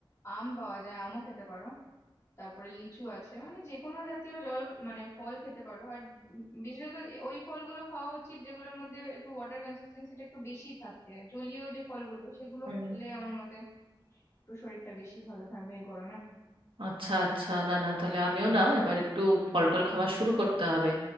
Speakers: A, on the left (about 35°); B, on the right (about 85°).
A: আম পাওয়া যায় আমও খেতে পারো তারপরে লিচু আছে মানে যে কোনো জাতীয় জল মানে ফল খেতে পারো আর উম বিশেষত যে- ওই ফলগুলো খাওয়া উচিত যেগুলোর মধ্যে একটু ওয়াটার কনসিস্টেন্সিটা একটু বেশি থাকে জলীয় যে ফলগুলো সেগুলো
B: হুম
A: খেলে আমার মতে একটু শরীরটা বেশি ভালো থাকবে এই গরমে
B: আচ্ছা আচ্ছা না না তাহলে আমিও না এবার একটু ফল টল খাওয়া শুরু করতে হবে